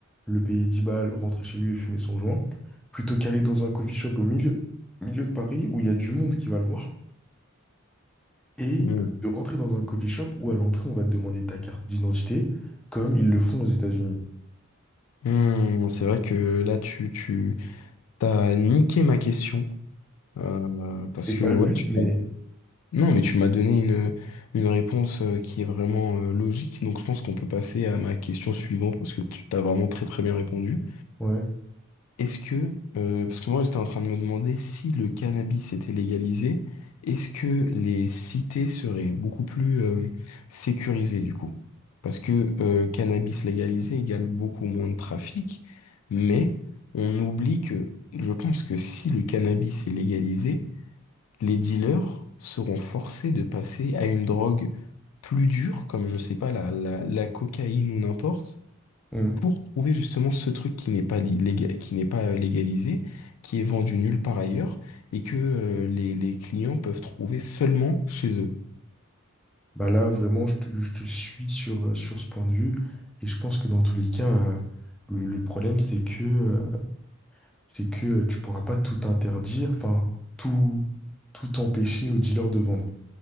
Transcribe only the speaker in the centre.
le payer 10 balles, rentrer chez lui et fumer son joint, plutôt qu'aller dans un coffee shop au milieu, milieu de Paris où il y a du monde qui va le voir, et
de rentrer dans un coffee shop où à l'entrée on va te demander ta carte d'identité, comme ils le font aux États-Unis.
C'est
pas le
but,
mais
ouais.
Mm.
Bah là, vraiment, je te, je te suis sur, euh, sur ce point de vue, et je pense que dans tous les cas, euh, le, le problème, c'est que euh, c'est que tu pourras pas tout interdire, enfin, tout, tout empêcher aux dealers de vendre.